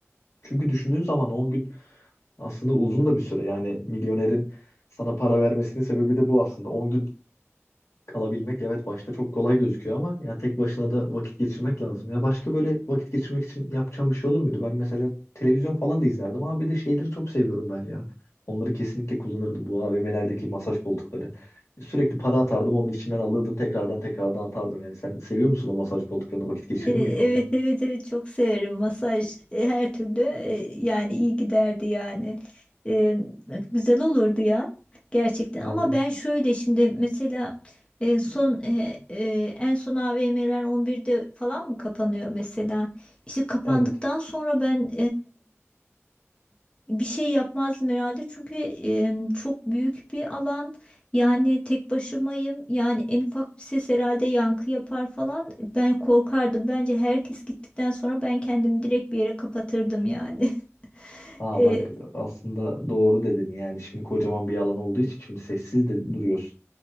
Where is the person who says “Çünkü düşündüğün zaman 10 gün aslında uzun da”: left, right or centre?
Left